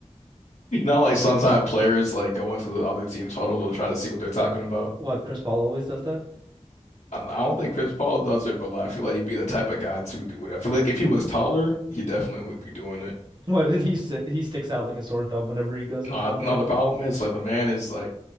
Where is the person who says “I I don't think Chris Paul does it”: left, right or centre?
Left